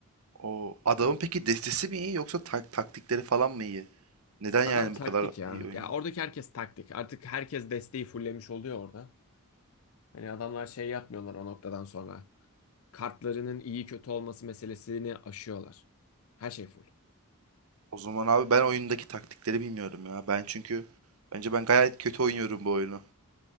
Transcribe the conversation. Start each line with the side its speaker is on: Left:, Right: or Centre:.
Right: O adamın peki destesi mi iyi yoksa tak- taktikleri falan mı iyi? Neden
Left: Adam
Right: yani
Left: taktik
Right: bu kadar
Left: ya.
Right: iyi oynuyor?
Left: Ya oradaki herkes taktik. Artık herkes desteği fullemiş oluyor orada. Hani adamlar şey yapmıyorlar o noktadan sonra. Kartlarının iyi kötü olması meselesini aşıyorlar. Her şey full.
Right: O zaman abi ben oyundaki taktikleri bilmiyorum ya. Ben çünkü bence ben gayet kötü oynuyorum bu oyunu.